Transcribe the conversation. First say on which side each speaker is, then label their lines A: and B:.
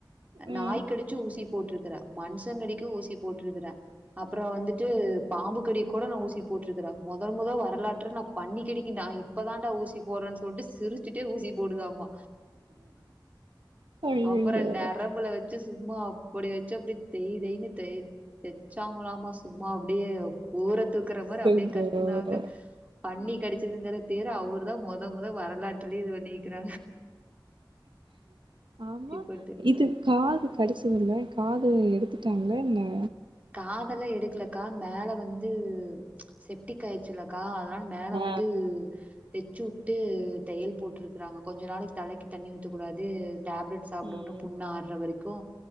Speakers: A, on the right; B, on the right.
A: நாய்க்
B: ஆ
A: கடிச்சு ஊசி போட்டிருக்கிறேன் மனுசங்க ஊசி போட்டிருக்கிறேன் அப்ப அப்புறம் வந்துட்டு பாம்பு கடி கூட நான் ஊசி போட்டிருக்கிறன் முதல் முதல் வரலாற்ற நான் பன்னி கடிக்கு நான் இப்ப தான்டா ஊசி போடுறேன்னு சொல்லிட்டு சிரிச்சுட்டே ஊசி போடுதாமா
B: ஐயய்யோ
A: அப்புறம் நரம்புல வச்சு சும்மா அப்படி வச்சு அப்படி தெய் தெய்ன்னு தெ தெச்சாங்களலாம சும்மா அப்படியே கூற தூக்குற
B: அச்சச்சோ
A: மாதிரி அப்படியே கத்துனாங்க பன்னி
B: ம்
A: கடிச்சதுங்கற பேர் அவரு இப்போ தான் மொத மொத வரலாற்றுலேயே இது இருக்கிற
B: ஆமா
A: போட்டு
B: இது காது கடிச்சதில காது எடுத்து படுத்துட்டாங்களா என்னா
A: காதல்லாம் எடுக்கலக்கா மேல வந்து வந்து செப்டிக் ஆயிடுச்சுலக்கா அதல்லாம் மேல
B: ஆ
A: வந்து வெச்சு விட்டு தையல் போட்ருக்குறாங்க கொஞ்ச நாளைக்கு தலைக்கு தண்ணி ஊத்தக்கூடாது டேப்லட் சாப்பிடணு
B: ம்
A: புண்ணு ஆர்ர வரைக்கு கு